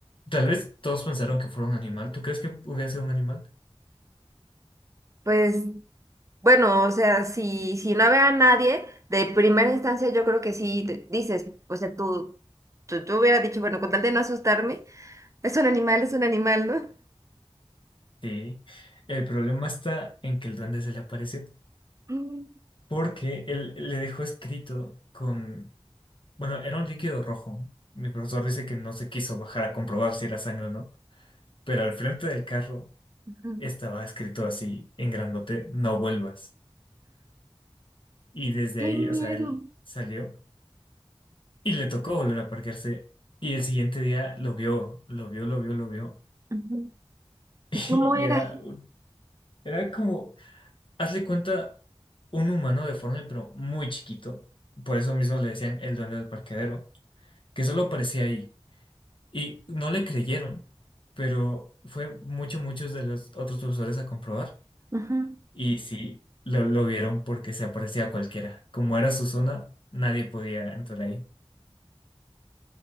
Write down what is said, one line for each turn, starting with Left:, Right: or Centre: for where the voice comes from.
Left: Tal vez todos pensaron que fuera un animal. ¿Tú crees que hubiera sido un animal?
Right: Pues, bueno, o sea, si, si no había nadie, de primera instancia yo creo que sí te- dices, o sea, tú, tú, tú hubieras dicho, bueno, con tal de no asustarme, es un animal, es un animal, ¿no?
Left: Sí, el problema está en que el duende se le apareció
Right: Mm.
Left: porque él le dejó escrito con, bueno, era un líquido rojo. Mi profesor dice que no se quiso bajar a comprobar si era sangre o no, pero al frente del carro
Right: Ajá.
Left: estaba escrito así en grandote, no vuelvas. Y desde
Right: ¡Qué
Left: ahí,
Right: miedo!
Left: o sea, él salió y le tocó volver a parquearse y el siguiente día lo vio, lo vio, lo vio, lo vio
Right: Ujú.
Left: <laughs>
Right: ¿Y cómo
Left: y
Right: era?
Left: era, un- era como Hazle cuenta un humano deforme, pero muy chiquito. Por eso mismo le decían el duende del parqueadero, que solo aparecía ahí. Y no le creyeron, pero fue mucho, muchos de los otros profesores a comprobar.
Right: Ujú.
Left: Y sí, lo, lo vieron porque se aparecía a cualquiera. Como era su zona, nadie podía entrar ahí.